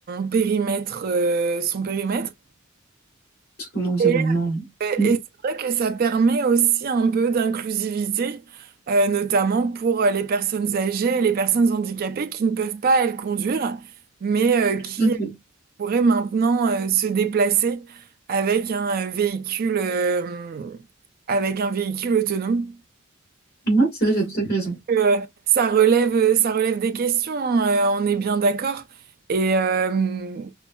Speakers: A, on the right (about 45°); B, on the left (about 50°).
A: périmètre, euh, son périmètre.
B: tout mon environnement.
A: Et, euh,
B: Mm,
A: et c'est vrai que ça permet aussi un peu d'inclusivité, euh, notamment pour euh, les personnes âgées et les personnes handicapées qui ne peuvent pas, elles, conduire, mais euh, qui
B: tout à fait.
A: pourrait maintenant euh, se déplacer avec un euh, véhicule, euh, avec un véhicule autonome.
B: Ouais, c'est vrai, t'as tout à fait raison.
A: Euh, ça relève, euh, ça relève des questions, hein, euh, on est bien d'accord. Et, euh,